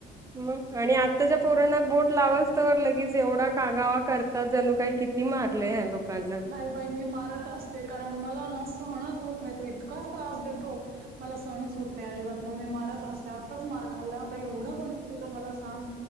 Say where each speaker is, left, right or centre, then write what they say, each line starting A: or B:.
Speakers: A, on the right (about 20°); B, on the right (about 60°).
A: म आणि आत्ताच्या पोराणात बोट लावाच तर लगेच एवढा कागावा करतात जणू काय कि ती मारले ह्या लोकांना.
B: नाही बाई मी मारत असते कारण मला ना सहणच होत नाही तो इतका त्रास देतो. मला सहणच होत नाही अजिबात मग मी मारत असते आत्ताच मार खाल्ला आता एवढं बनवून दिलं मला सांग.